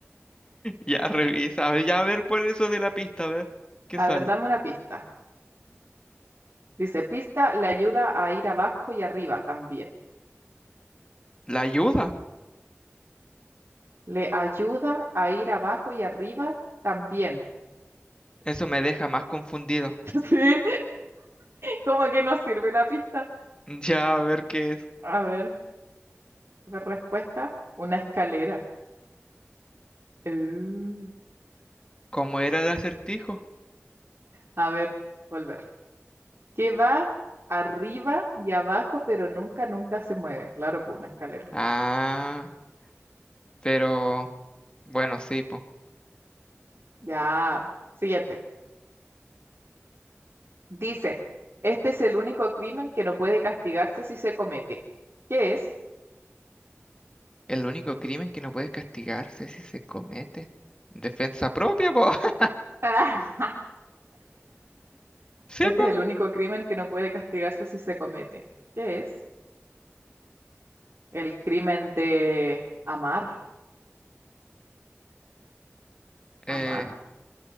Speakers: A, on the left; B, on the right.
A: Ya revisa, a ver, ya a ver por eso de la pista, a ver qué
B: A
A: sale.
B: ver, dame una pista. Dice, pista le ayuda a ir abajo y arriba también.
A: ¿La ayuda?
B: Le ayuda a ir abajo y arriba también.
A: Eso me deja más confundido.
B: <laughs>
A: <laughs>
B: ¿Sí? Como que no sirve la pista.
A: Ya a ver qué es.
B: A ver, la respuesta, una escalera. Uh,
A: ¿Cómo era el acertijo?
B: A ver, volver. Que va arriba y abajo, pero nunca, nunca se mueve. Claro, por una escalera.
A: Ah, pero bueno, sí, po.
B: Ya. Siguiente. Dice, este es el único crimen que no puede castigarse si se comete. ¿Qué es?
A: El único crimen que no puede castigarse es si se comete. Defensa propia, po. <laughs>
B: <laughs>
A: Sí,
B: Este
A: po.
B: es el único crimen que no puede castigarse si se comete. ¿Qué es? El crimen de amar,
A: Eh,
B: amar,